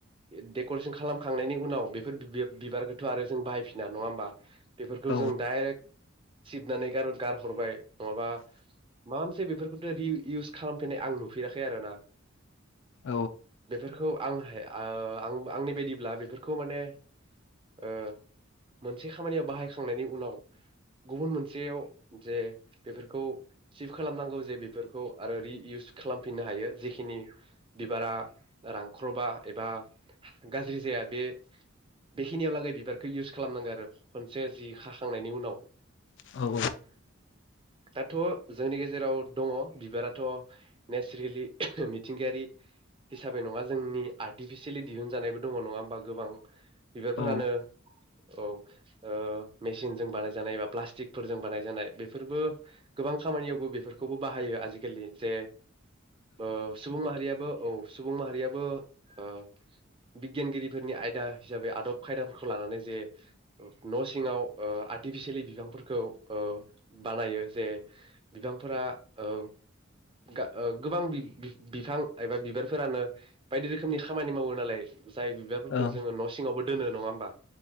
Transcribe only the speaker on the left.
औ
औ
औ औ
औ
ओं